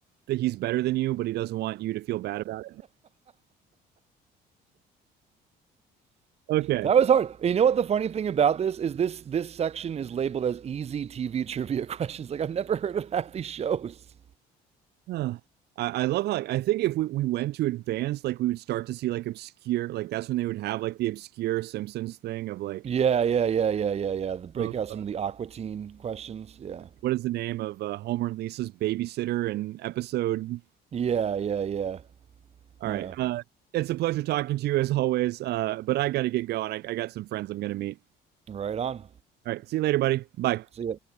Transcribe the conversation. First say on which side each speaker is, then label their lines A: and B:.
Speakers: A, on the right; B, on the right.
A: that he's better than you, but he doesn't want you to feel bad about it. Okay.
B: That was hard. You know what the funny thing about this is this this section is labeled as easy TV trivia <laughs> questions. Like I've never heard of half these shows.
A: Huh. I, I love how like I think if we, we went to advanced, like we would start to see like obscure like that's when they would have like the obscure Simpsons thing of like
B: Yeah, yeah, yeah, yeah, yeah, yeah. The break
A: of
B: out some
A: uh,
B: of the Aquatine questions. Yeah.
A: what is the name of uh, Homer and Lisa's babysitter and episode.
B: Yeah, yeah, yeah.
A: All
B: Yeah.
A: right, uh, it's a pleasure talking to you as always. Uh, but I got to get going. I, I got some friends I'm gonna meet.
B: Right on.
A: All right, see you later, buddy. Bye.
B: See ya.